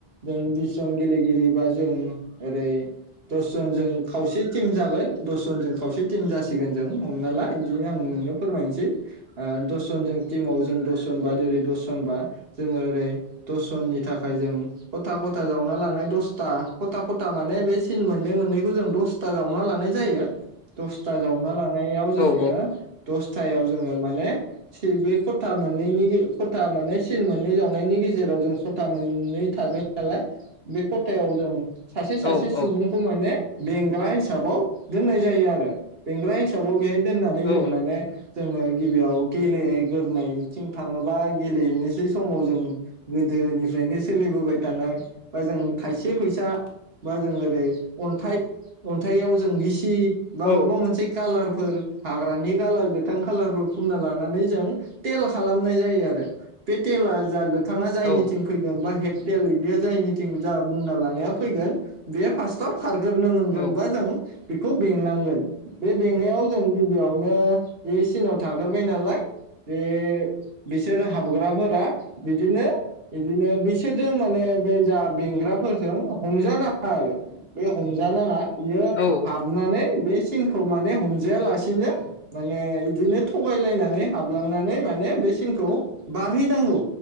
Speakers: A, on the right; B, on the left.
A: जों बि जन गेले गिरिबा जों ओरै दसजनजों खावसे टिम जागोन दस जनजों खावसे टिम जासि सिगोन जों हमना ला बिदिनो आं नोंनो फोरमायनोसै ओ दस जन जों टिमाव जों दसजन बा ओरै दसजन बा जोङो ओरै दस जननि थाखाय जों खथा-खथा जावना लानाय दसथा खथा-खथा माने बे सिन मोननै मोननैखौ जों दसथा जावना लानाय जायो दसथा जावना लानानै लानायाव जोंङो
B: औ
A: दस खथाआव जोंङो माने बे कथा मोननैनि कथा माने सिन मोननै जावनायनि गेजेराव जों खथा मोननै थाबाय नालाय बे खथायाव जों सासे सासे
B: औ
A: सुबुंखौ
B: औ
A: माने बेंग्रा हिसाबाव दोननाय जायो आरो। बेंग्रा हिसाबाव बेहाय दोननानै जों
B: औ
A: माने
B: नंगौ
A: जोङो गिबियाव गेलेगोरनायथिं थाङोबा गेलेनो बै समाव जों गोदोनिफ्रायनो सोलिबोबाय थानाय बा जों थाइसे फैसा बा जों ओरै अन्थाइ अन्थाइयाव जों गिसि बा
B: औ
A: माबा मोनसे कालार फोर हाग्रानि कालार गोथां खालारफोर फुनना लानानै जों तेल खालामनाय जायो आरो बेे तेला जागो बिथाङा जायनिथिं
B: औ
A: फैगोन बा हेड थेल इदिया जायनिथिं जा बुंना लानाया फैगोन बे फार्स्टआव खारग्रोनो मोनगोनबा
B: औ
A: जों बेखौ बेंनांगोन बे बेंनायाव जों गिबियावनो बे सिनाव थाग्रोबाय नालाय बे बिसोरो हाब फोरा बिदिनो बिदिनो बिसोरजों माने बे जा बेंग्राफोरजों हमजा नाङा आरो बे हमजानाङा बियो
B: औ
A: हाबनानै बे सिनखौ माने हमजायालासिनो माने बिदिनो थगायलायनानै हाबलांनानै माने बे सिनखौ बारहैनांगौ